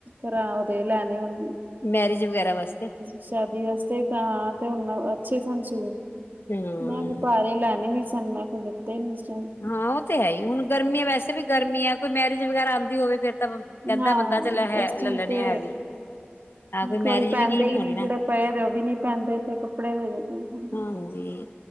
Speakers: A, on the right; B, on the left.
A: ਘਰਾਂ ਉਹਦੇ ਲੈਣੇ ਹੋਨ।
B: ਮੈਰਿਜ ਵਗੈਰਾ ਵਾਸਤੇ
A: ਸ਼ਾਦੀ ਵਾਸਤੇ ਤਾਂ ਹਾਂ ਤੇ ਉਹ ਅੱਛੇ ਸਨ ਸੂ
B: ਹੂੰ
A: ਮੈਂ ਵੀਪ ਲੈਣੇ ਨੀ ਸਨ ਮੈ ਫੇਰ ਤੇ <inaudible>
B: ਹਾਂ ਉਹ ਤੇ ਹੈ ਹੀ ਹੁਣ ਗਰਮੀ ਐ। ਵੈਸੇ ਵੀ ਗਰਮੀ ਹੈ, ਕੋਈ ਮੈਰਿਜ ਵਗੈਰਾ ਆਉਂਦੀ ਹੋਵੇ ਫਰ ਕਹਿੰਦਾ
A: ਹਾਂ
B: ਬੰਦਾ ਚ ਹੈ
A: ਇਸ
B: ਲੈ
A: ਟਾਈਮ
B: ਲਣੇ
A: ਤੇ
B: ਐ ਵੀ। ਹਾਂ
A: ਕੋਈ
B: ਮੈਰਿਜ
A: ਪੈਂਦੇ
B: ਵੀ ਕੀ
A: ਹੀ
B: ਹੋਣੀ
A: ਨੀ
B: ਨਾ
A: ਜਿਹੜੇ ਪਏ ਓ ਵੀ ਨੀ ਪੈਂਦੇ ਪਏ ਕੱਪੜੇ ਦੇ ਹੂੰ
B: ਹਾਂਜੀ,